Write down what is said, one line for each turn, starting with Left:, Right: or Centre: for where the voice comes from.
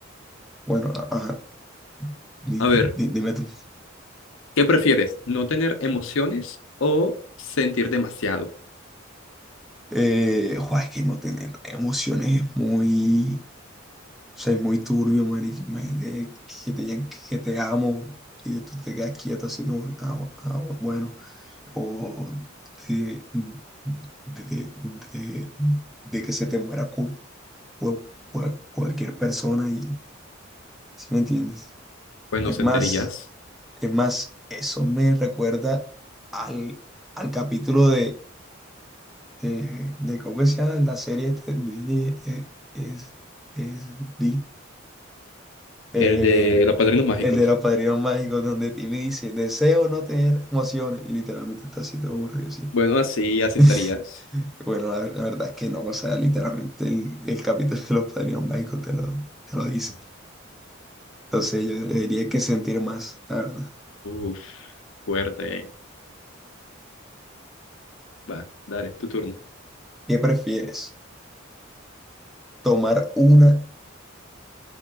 Centre: Bueno, a- ajá. Di-
Left: A ver,
Centre: di- Dime tú.
Left: ¿qué prefieres? ¿No tener emociones o sentir demasiado?
Centre: Eh, jo, es que no tener emociones es muy, o sea, es muy turbio, marica. Imagínate que te, digan que te amo y tú te quedas quieto así como, que, ah, bu- ah, bu- bueno, o de, de, de- de que se te muera cu- cu- cual- cualquier persona y, ¿sí me entiendes?
Left: Pues no
Centre: Es
Left: sentirías
Centre: más, es más, eso me recuerda al, al capítulo eh, de cómo se llama la serie esta de Disney eh, es, es Di- eh,
Left: el de los padrinos mágicos.
Centre: el de los padrinos mágicos donde Timmy dice deseo no tener emociones y literalmente está así todo aburrido siempre.
Left: Bueno, así, así
Centre: <laughs>
Left: estarías.
Centre: Bueno, la, ver- la verdad es que no, o sea, literalmente el, el capítulo de los padrinos mágicos te lo, te lo dice. Entonces yo diría que sentir más, la verdad.
Left: Uf, fuerte. Va, dale, tu turno.
Centre: ¿Qué prefieres? ¿Tomar una